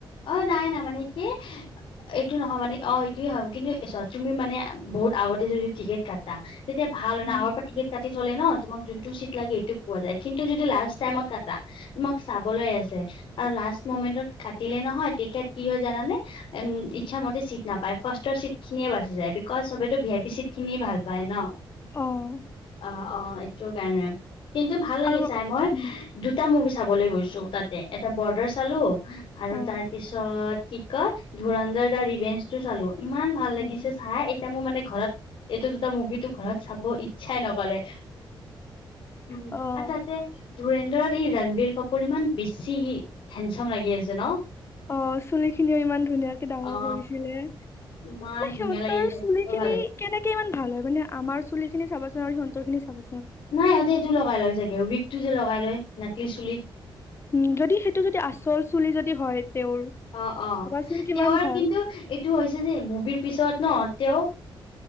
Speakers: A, on the left (about 75°); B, on the left (about 30°).
A: অ নাই ন মানে কি এইটো নহয় মানে অ এইটোয়ে হ কিন্তু তুমি মানে বহুত আগতে যদি টিকেট কাটা তেতিয়া ভাল হয়
B: উম,
A: ন আগৰ পৰা টিকেট কাটি থলে ন তোমাক যোনটো চিট লাগে পোৱা যায়। কিন্তু যদি লাষ্ট টাইমত কাটা আৰু তোমাক চাবলৈ আছে আৰু লাষ্ট মমেন্তত কাটি দিলে নহয় টিকট কি হয় জানানে উম ইচ্ছা মতে চিট নাপায়। ফাৰ্ষ্টৰ চিট খিনিয়ে বাচি যায় বিকজ সবতো ভি আই পি চিত খিনিয়ে ভাল পায় ন
B: অ'
A: অ অ এইটো কাৰণে কিন্তু ভাল লাগি
B: আৰু
A: চাই মই,
B: উম,
A: দুটা মুভি চাবলৈ গৈছো তাতে এটা বৰ্ডাৰ চালো আৰু
B: অ',
A: তাৰ পিছত, কি কয় ধুৰণ্ডৰ দ ৰিভেঞ্চ টো চালো। ইমান ভাল লাগিছে
B: অ',
A: চাই, এতিয়া মোৰ মানে ঘৰত এইটো দুটা মুভিটো ঘৰত চাব ইচ্ছাই নকৰে আৰু
B: অ',
A: তাতে ধুৰেণ্ডৰত এই ৰণবীৰ কাপোৰ ইমান বেছি হেণ্ডচম লাগি আছে ন?
B: অ', চুলি খিনিও ইমান ধুনীয়াকে ডাঙৰ
A: অ
B: কৰিছিলে।
A: ইমান
B: মানে
A: ধুনীয়া
B: সিহঁতৰ
A: লাগি আছে
B: চুলি
A: বৰ
B: খিনি
A: ভাল লাগে
B: কেনেকে ইমান ভাল হয়, মানে আমাৰ চুলি খিনি চাবাচোন আৰু সিহঁতৰ খিনি চাবাচোন।
A: নাই ইিহঁতে এইটো লগাই লয় চাগে উইকটো যে লগাই লয় নাকলি চুলি।
B: উম, যদি সেইটো যদি আচল চুলি যদি হয় তেওঁৰ
A: অ', অ',
B: ভাবাচোন কিমান
A: তেওঁৰ
B: ভাল
A: কিন্তু এইটো হৈছে যে মুভিৰ পিছত ন তেওঁ